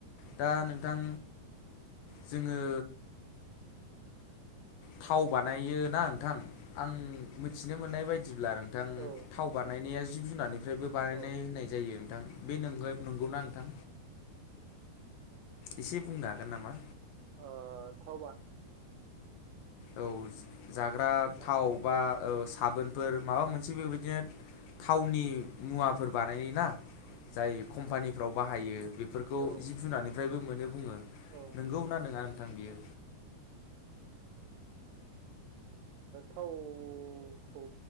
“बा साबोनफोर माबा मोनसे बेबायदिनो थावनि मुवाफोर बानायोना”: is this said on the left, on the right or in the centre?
Left